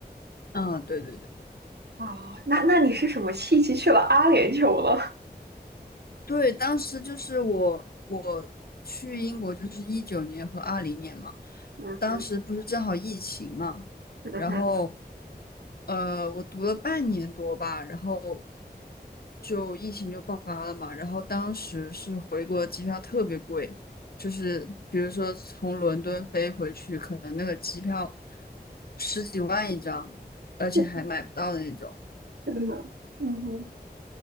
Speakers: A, on the left (about 65°); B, on the right (about 75°).
A: 嗯，对对对
B: 哦，那那你是什么契机去了阿联酋了？
A: 对，当时就是我我去英国就是一九年和二零年嘛，
B: <laughs> 嗯哼，
A: 当时不是正好疫情嘛，
B: 嗯哼，
A: 然后。呃，我读了半年多吧，然后就疫情就爆发了嘛，然后当时是回国的机票特别贵，就是比如说从伦敦飞回去，可能那个机票十几万一张，而且还买不到的那种。
B: <laughs> 真的，嗯哼，